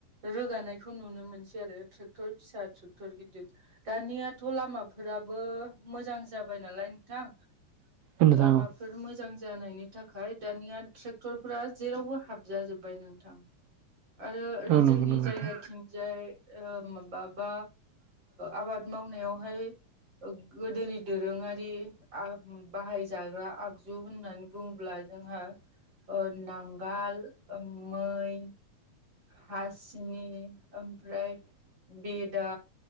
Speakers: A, on the right; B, on the right.
A: रोगानायखौ नुनो मोनसै आरो ट्रेक्टर फिसा ट्रेट क्टर गिदिर दानियाथ' लामाफोराबो मोजां जाबाय नालाय नोंथां।
B: औ नोंथां
A: लामाफोर
B: औ
A: मोजां जानायनि थाखाय दानिया ट्रेक्टर फोर जेरावबो हाब जाजोब्बाय नोंथां। आरो ओरै
B: औ नंगौ
A: जोंनि
B: नंगौ
A: जायगाथिंजाय
B: नोंथां
A: माबाबा आबाद मावनायावहाय गोदोनि दोरोङारि बाहायजाग्रा आगजु होननानै बुङोब्ला जोंहा नांगाल मै हासिनि ओमफ्राय बिदा